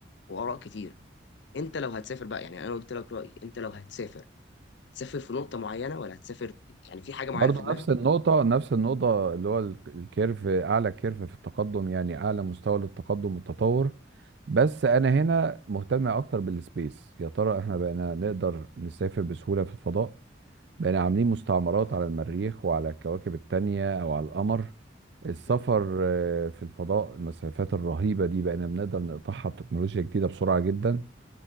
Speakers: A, on the left; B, on the right.
A: وآراء كتير انت لو هتسافر بقى يعني انا قلت لك رايي انت لو هتسافر تسافر في نقطه معينه ولا هتسافر يعني في حاجه معينه
B: برضه
A: في دماغك
B: نفس النقطة نفس النقطة اللي هو ال- الكيرف أعلى كيرف في التقدم يعني أعلى مستوى للتقدم والتطور بس أنا هنا مهتم أكتر بالسبيس يا ترى إحنا بقينا نقدر نسافر بسهولة في الفضاء بقينا عاملين مستعمرات
A: اه
B: على المريخ وعلى الكواكب التانية أو على القمر السفر
A: مم.
B: آه، في الفضاء المسافات الرهيبة دي بقينا بنقدر نقطعها بتكنولوجيا جديدة بسرعة جدا